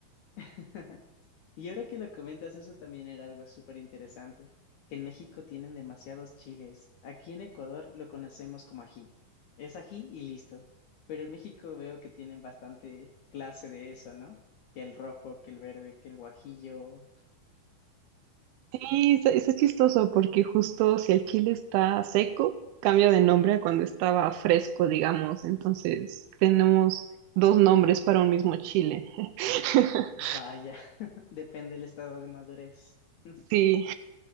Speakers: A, on the left (about 70°); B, on the right (about 80°).
A: <laughs> Y ahora que lo comentas, eso también era algo súper interesante, que en México tienen demasiados chiles. Aquí en Ecuador lo conocemos como ají. Es ají y listo. Pero en México veo que tienen bastante clase de eso, ¿no? Que el rojo, que el verde, que el guajillo.
B: Sí, está, está chistoso porque justo si el chile está seco, cambia de nombre a cuando estaba fresco, digamos. Entonces tenemos dos nombres para un mismo chile. <laughs>
A: Vaya, <laughs> depende del estado de madurez. <laughs>
B: Sí,